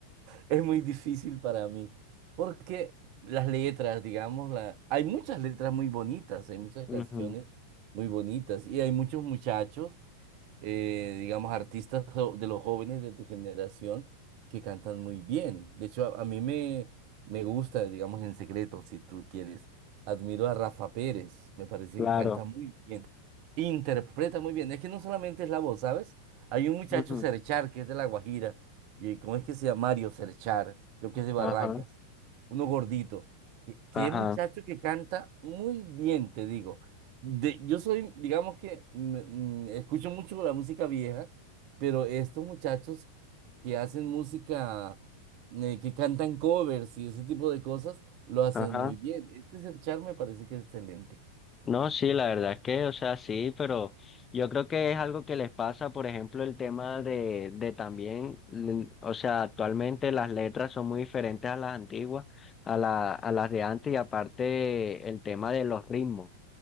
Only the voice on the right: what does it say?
Es muy difícil para mí, porque las letras, digamos, la... hay muchas letras muy bonitas, hay muchas
canciones muy bonitas, y hay muchos muchachos eh, digamos, artistas jo- de los jóvenes de tu generación que cantan muy bien. De hecho, a, a mí me, me gusta, digamos, en secreto, si tú quieres. Admiro a Rafa Pérez, me parece
que canta muy bien, interpreta muy bien. Es que no solamente es la voz, ¿sabes? Hay un muchacho
Cerchar que es de La Guajira, y ¿cómo es que se llama? Mario Cerchar, creo que es de Barrancas,
uno gordito. Qué, qué
muchacho que canta muy bien, te digo de- yo soy, digamos que mm, mm, escucho mucho la música vieja, pero estos muchachos que hacen música, eh, que cantan covers y ese tipo de cosas, lo hacen
muy bien. Este es el char me parece que es excelente.